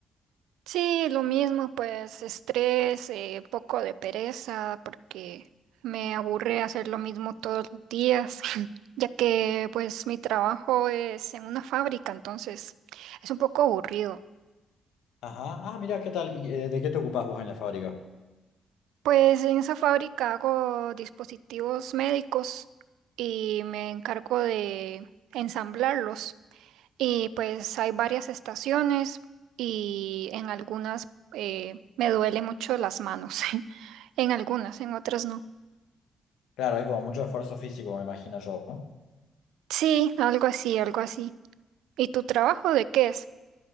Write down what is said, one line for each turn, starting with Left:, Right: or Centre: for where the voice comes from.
Right: Sí, lo mismo, pues estrés, eh, poco de pereza, porque me aburre hacer lo mismo todos los días, <laughs> ya que pues mi trabajo es en una fábrica, entonces es un poco aburrido.
Left: Ajá, ah, mira, ¿qué tal? ¿Y, eh, de qué te ocupás vos en la fábrica?
Right: Pues en esa fábrica hago dispositivos médicos y me encargo de ensamblarlos. Y pues hay varias estaciones y en algunas eh, me duele mucho las manos. <laughs> En algunas, en otras no.
Left: Claro, hay como mucho esfuerzo físico, me imagino yo, ¿no?
Right: Sí, algo así, algo así. ¿Y tu trabajo de qué es?